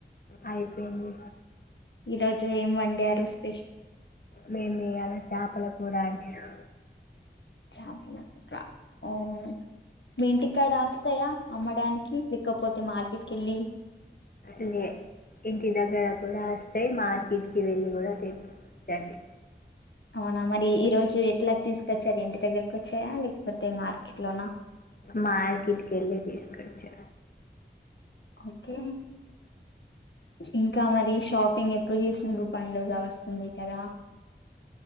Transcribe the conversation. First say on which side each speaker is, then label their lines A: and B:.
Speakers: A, on the left; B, on the left.
A: అయిపోయింది.
B: ఈరోజు ఏం వుండారు స్ప్
A: మేమియాల చేపల కూర అండి. ఆయా
B: చాపల కూర అవునా మీ ఇంటికాడా వస్తాయా. అమ్మడానికి, లేకపోతే మార్కెట్ కెళ్ళీ.
A: అదే ఇంటి దగ్గర కూడా వస్తయ్ మార్ కెట్కీ వెళ్ళి కూడా తెచ్చుకోవచ్చు అండి.
B: అవునా మరి ఈ రోజూ ఎట్లా తీసుకొచ్చారు ఇంటి దగ్గరకి వచ్చాయా, లేకపోతే మార్కెట్ లోనా.
A: మార్కెట్ కెళ్ళే తీసుకొచ్చా.
B: ఓకే. ఇంకా మరీ షాపింగ్ ఎప్పుడు చేసున్ర్రు పండుగ వస్తుంది కదా.